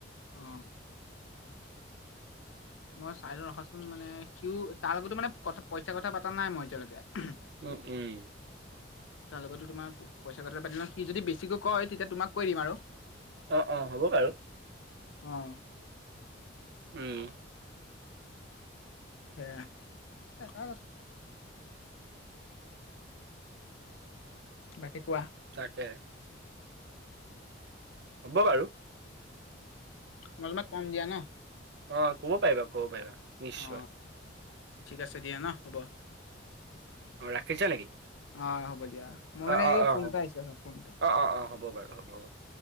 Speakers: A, on the left; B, on the right.
A: অ, মই চাই লওঁ ৰখাচোন মানে সিও তাৰ লগতো মানে পইচা কথা পতা নাই মই এতিয়ালৈকে।
B: উম, উম,
A: তাৰ লগতো তোমাক পইচ কথা পাতি ল সি যদি বেছিকৈ কয় তেতিয়া তোমাক কৈ দিম আৰু
B: অ অ হ'ব বাৰু
A: অ
B: উম
A: সে আ বাকী কোৱা
B: তাকে হ'ব বাৰু
A: মমে কম দিয়া ন
B: অ ক'ব পাৰিবা ক'ব পাৰিবা নিশ্চয়
A: অ ঠিক আছে দিয়া ন হ'ব
B: অ ৰাখিছ নেকি
A: অ হ'ব দিয়া মোৰ
B: অ,
A: মানে
B: অ,
A: এই
B: অ,
A: ফোন
B: হ'ব।
A: এটা আহিছে ফোন এটা
B: অ, অ, অ, হ'ব বাৰু, হ'ব।